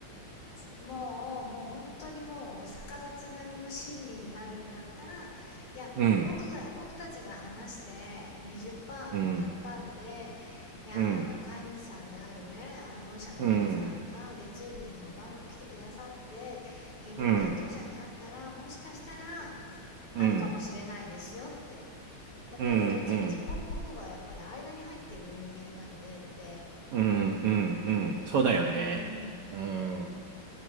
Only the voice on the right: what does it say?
うん。
うん。
うん。
うん。
うん。
うん。
うん。うん。うん。うん。うんそうだよね。
うん。